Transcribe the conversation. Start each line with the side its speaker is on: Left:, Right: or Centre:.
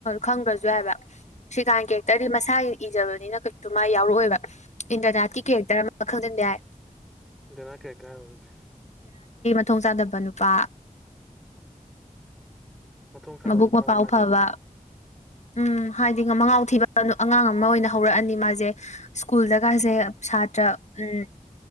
Left: ꯈꯉ ꯌꯥꯏꯕ ꯁꯤꯀꯥꯟ ꯀꯦꯔꯦꯛꯇꯔꯗꯤ ꯃꯁꯥꯒꯤ ꯏꯖꯕꯅꯤꯅ ꯀꯩꯁꯨ ꯃꯥ ꯌꯥꯎꯔꯛꯑꯣꯦꯕ ꯏꯟꯗ꯭ꯔꯅꯥꯠꯤ ꯀꯦꯛꯇꯔꯝꯕ ꯈꯪꯗꯟꯕꯏ
Centre: ꯔ ꯀꯦꯇ ꯍꯥꯏ ꯑꯣꯏꯗꯤ
Left: ꯈꯨꯊꯣꯡ ꯆꯥꯗꯕ ꯅꯨꯄꯥ
Centre: ꯃꯊꯣꯡ ꯆꯥꯗꯕ
Left: ꯃꯥꯕꯨꯛ
Centre: ꯅꯨꯄꯥ
Left: ꯃꯥ
Centre: ꯑꯗꯨꯝ
Left: ꯄꯥꯎ
Centre: ꯍꯥꯏꯗꯣꯏꯔꯣ
Left: ꯐꯥꯕ ꯎꯝ ꯍꯥꯏꯗꯤ ꯃꯒꯥꯎ ꯊꯤꯕ ꯑꯉꯥꯡ ꯑꯃ ꯑꯣꯏꯅ ꯍꯧꯔꯛꯑꯅꯤ ꯃꯥꯁꯦ ꯁ꯭ꯀꯨꯜꯗꯒꯁꯦ
Centre: ꯎꯝ
Left: ꯁꯥꯇ꯭ꯔ ꯎꯝ